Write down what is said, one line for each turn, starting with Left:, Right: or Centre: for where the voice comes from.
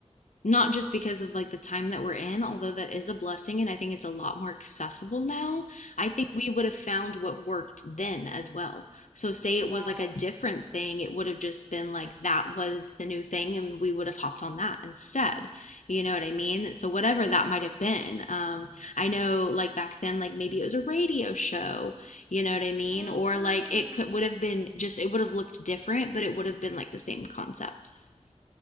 Left: not just because of like the time that we're in, although that is a blessing, and I think it's a lot more accessible now. I
Centre: mm-hmm,
Left: think
Centre: mm-hmm.
Left: we would have found what worked then as well. So, say it
Centre: wow
Left: was like a different
Centre: mm-hmm.
Left: thing, it would have just been like that was the new thing, and we would have hopped on that instead. You know what I mean? So, whatever that might have been, um, I know like back then, like maybe it was a radio show, you know what I mean?
Centre: Mm-hmm.
Left: Or like it could would have been just, it would have looked different, but it would have been like the same concepts.